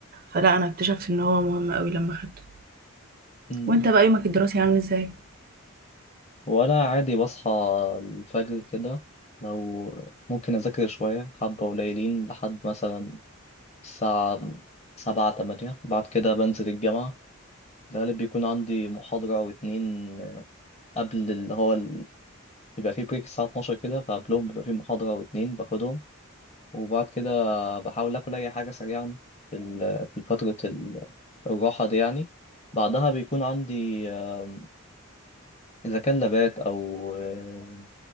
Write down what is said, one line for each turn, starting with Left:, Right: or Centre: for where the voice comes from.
Right: فلا أنا اكتشفت إن هو مهم أوي لما خدته
Left: م- م.
Right: وانت بقى يومك الدراسي عامل ازاي؟
Left: وأنا عادي بصحى الفجر كده لو ممكن أذاكر شوية حبة قليلين لحد مثلا الساعة سبعة تمانية بعد كده بنزل الجامعة الغالب بيكون عندي محاضرة أو اتنين قبل اللي هو ال- بيبقى فيه بريك الساعة 12 كده فقبلهم بيبقى فيه محاضرة أو اتنين باخدهم وبعد كده بحاول آكل أي حاجة سريعا في ال- في فترة ال- الراحة دي يعني بعدها بيكون عندي آه، إذا كان لابات أو آه،